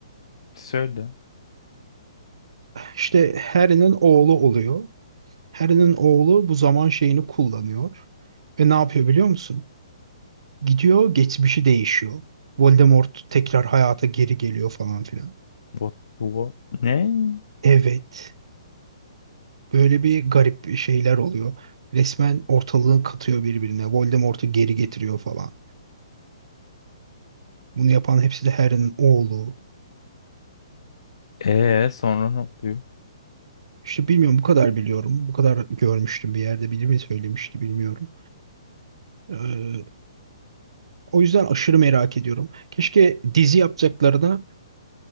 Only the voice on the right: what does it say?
İşte Harry'nin oğlu oluyor. Harry'nin oğlu bu zaman şeyini kullanıyor. Ve ne yapıyor biliyor musun? Gidiyor geçmişi değişiyor. Voldemort tekrar hayata geri geliyor falan filan.
Evet. Böyle bir garip şeyler oluyor. Resmen ortalığı katıyor birbirine. Voldemort'u geri getiriyor falan. Bunu yapan hepsi de Harry'nin oğlu.
İşte bilmiyorum bu kadar biliyorum. Bu kadar görmüştüm bir yerde biri mi söylemişti bilmiyorum. Ee, o yüzden aşırı merak ediyorum. Keşke dizi yapacaklarına